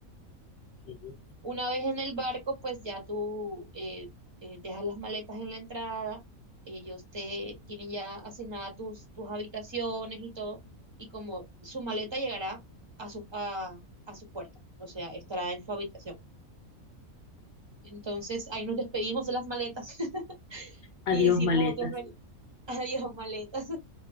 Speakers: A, on the left; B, on the right.
A: Que-
B: Una vez en el barco, pues ya tú eh, eh, dejas las maletas en la entrada, ellos te tienen ya asignadas tus, tus habitaciones y todo, y como su maleta llegará a su, a, a su puerta, o sea, estará en su habitación. Entonces ahí nos despedimos de las maletas <laughs>
A: Adiós,
B: y hicimos
A: maletas.
B: otro re- <laughs> adiós maletas.